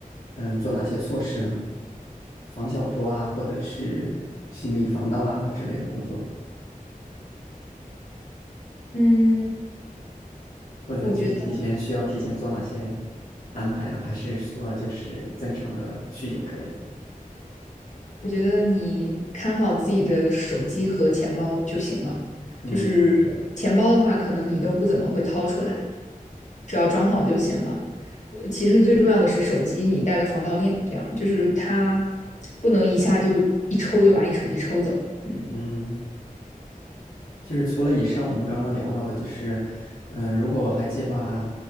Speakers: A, on the left; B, on the left.
A: 嗯，做哪些措施呢？防小偷啊，或者是行李防盗啊之类的工作，
B: <laughs>，嗯，
A: 或者就是提前需要提前做哪些
B: 我觉得
A: 安排呢？还是说就是正常的去就可以了？
B: 我觉得你看好自己的手机和钱包就行了。
A: 嗯
B: 就是钱包的话，可能你都不怎么会掏出来，只要装好就行了。呃其实最重要的是手机，你带个防盗链，这样就是它不能一下就一抽就把你手机抽走。嗯，
A: 嗯，就是除了以上我们刚刚聊到的，就是，嗯，呃如果我还计划，